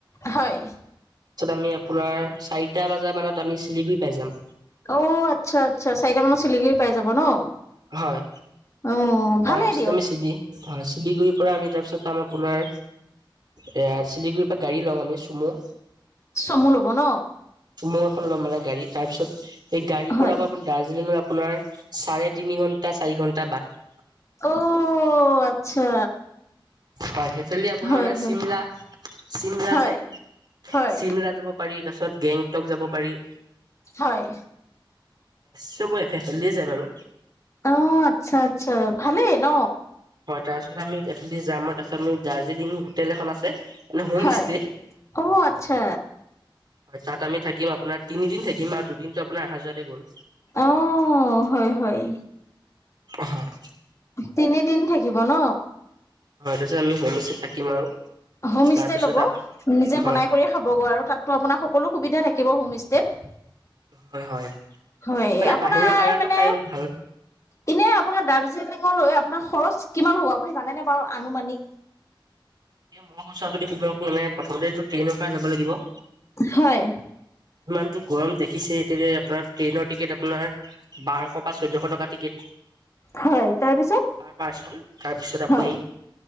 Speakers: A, on the left; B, on the right.
A: হয়
B: তাৰপছত আমি আপোনাৰ চাৰিটা বজা মানত আমি চিলিগুৰি পাই যাম।
A: অ', আচ্ছা আচ্ছা চাৰিটা মানত চিলিগুৰি পাই যাব ন
B: হয়।
A: অ', ভালেই
B: তাৰপিছত
A: দিয়ক
B: আমি চিলি অ', চিলিগুৰি এ চিলিগুডৰিৰ পৰা গাড়ী ল'ম আমি চুমু
A: চমু ল'ব ন
B: মৌ এখন ল'ম মানে গাড়ী তাৰ পিছত সেই গাড়ীৰ
A: হয়
B: পৰা আকৌপ দাৰ্জিলিঙত আপোনাৰ চাৰে তিনি ঘণ্টা চাৰি ঘন্টা বাট
A: অ আচ্ছা
B: হয় সেইফালি আপোনাৰ
A: হয়
B: মানে
A: হয়
B: চিমলা চিমলা
A: হয়
B: যে
A: হয়
B: চিমলা যাব পাৰি তাৰ পিছত গেংটক যাব পাৰি
A: হয়।
B: চবফে খেলিয়ে যায় বাৰু
A: অ আচ্ছা আচ্ছা ভালেই ন
B: হয় তাৰপিছত আমি এইফালেদি যাম ড়দৰেত আ আমি দাৰ্জিলিং হোটেল এখন আছে ন হোম
A: হয়
B: ষ্টে
A: অ আচ্ছা
B: হয় তাত আমি থাকিম আপোনাৰ তিনিদিন থাকিম আৰু দুদিনটো আপোনাৰ আহা যোৱাতে গ'ল।
A: অ হয় হয়
B: হয়
A: তিনিদিন থাকিব ন
B: হয় তাৰ পিছত আমি হোমষ্টে থাকিম আৰু
A: হোমষ্টে
B: তাৰপিছত
A: ল'ব নিজে
B: হয়
A: বনাই কৰিয়ে খাবগৈ আৰু তাতো আপোনাৰ সকলো সুবিধা থাকিব হোম ষ্টেত
B: হয় হয়
A: হয়
B: মানে
A: আপোনাৰ
B: বাহিৰৰ খানাটো
A: মানে
B: খাই ইমান ভাল
A: এনে আপোনাৰ দাৰ্জিলিঙলৈ আপোনাৰ খৰচ কিমান হ'ব আপুনি জানেনে বাৰু আনুমানিক
B: এ মই কৈছো আপুনি ধৰক মানে প্ৰথমতে ট্ৰেইনৰ পৰা যাব লাগিব
A: হয়
B: ইমানটো গৰম দেখিছে এতিয়া আপোনাৰ ট্ৰেইনৰ টিকেট আপোনাৰ বাৰশ বা চৈধ্যশ টকা টিকেট
A: হয় তাৰপিছত
B: পাৰ পাৰ্চন তাৰপিছত আপুনি
A: হয়